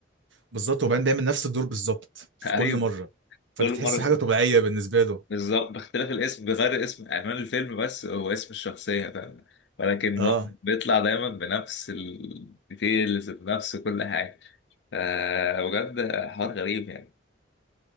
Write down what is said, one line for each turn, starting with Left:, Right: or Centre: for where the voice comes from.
Right: بالظبط وبعدين دايما نفس الدور بالظبط في
Left: <laughs> ايوه
Right: كل مره فانت
Left: كل
Right: تحس
Left: مره
Right: حاجه طبيعيه بالنسبه له
Left: بالظبط باختلاف الاسم بغير اسم عنوان الفيلم بس هو اسم الشخصية فاهم ولكن
Right: اه
Left: هو بيطلع دايما بنفس الديتيلز بنفس كل حاجة ف- بجد حوار غريب يعني